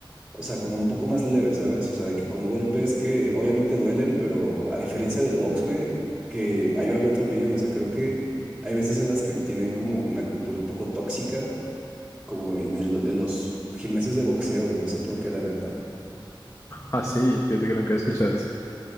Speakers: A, in the centre; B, on the left.
A: o sea, como un poco más leve, ¿sabes? O sea, de que con golpes que obviamente duelen, pero a diferencia del box, güey, que ahí va mi otra opinión, o sea, creo que hay veces en las que tienen como una cultura un poco tóxica, como en el, en los gimnasios de boxeo, güey, no sé por qué, la neta.
B: Ah, sí, fíjate que nunca he escuchado eso.